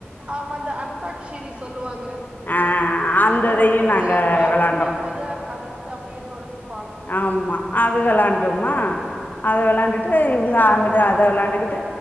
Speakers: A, on the right (about 25°); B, on the left (about 45°).
A: ஆமா இந்த அந்தாக்க்ஷினி சொல்லுவாங்க அந்த
B: ஆ அந்த
A: ஒருத்தங்க
B: இதையு நாங்க
A: பாட்டு
B: வெளாண்டோ
A: முடியும் போது அதுல ருந்து அப்படியே தொடர்ந்து பாடணு
B: ஆமா அது விளாண்டுர்மா அது விளாண்டுட்டு
A: ஆமா,
B: இவங்க அ அங்கிட்டு அத விளாண்டுகிட்டு